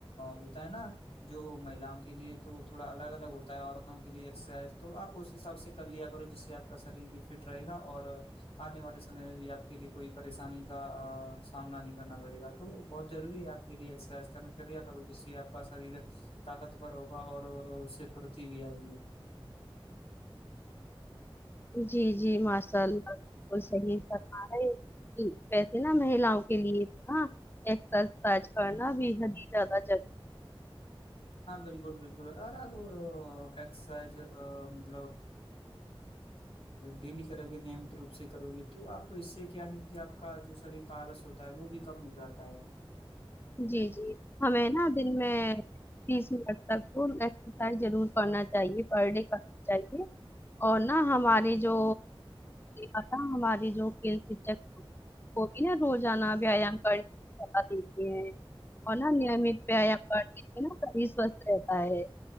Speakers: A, on the left; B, on the left.
A: ہوتا ہے نا جو مہیلاؤں کے لیے تو تھوڑا الگ الگ ہوتا عورتوں کے لیے ایکسرسائز تو آپ اس حساب سے کر لیا کرو جس سے آپ کا شریر بھی فٹ رہے گا اور آنے والے سمے میں بھی آپ کے لیے کوئی پریشانی کا سامنا نہیں کرنا پڑے گا تو بہت ضروری ہے آپ لیےرائز کر ف کروں جس سے آپ کا شریر طاقت بور ہوگا اور اس خروچ بھی آئے گی
B: جی جی ماشاء اللہ بالکل صحیح س ہے پیسے نہا مہن مں کے لیے ایکج کرنا بے حد ہی زیادہور
A: ہاں بالکل بالکل ا آب ایکسرسائز مطلب ڈیلی کرو گے نمت روپ سے کرو گے تو آپ اس سے کیا ہے کہ آپ کا جو شریر کا آلس ہوتا ہے وہ بھی کم ہو جاتا ہے
B: جی جی ہمیں نا دن میں تیس منچ تک ضرور کرنا چاہیے پر ڈے کرنا چاہیے اور نا ہماری جو ا ہماراری جو کل شک وہ بھی ن روزانہ ویایام کرنے اور ن نیمت پیا پر نا سبھی سوستھ رہتا ہے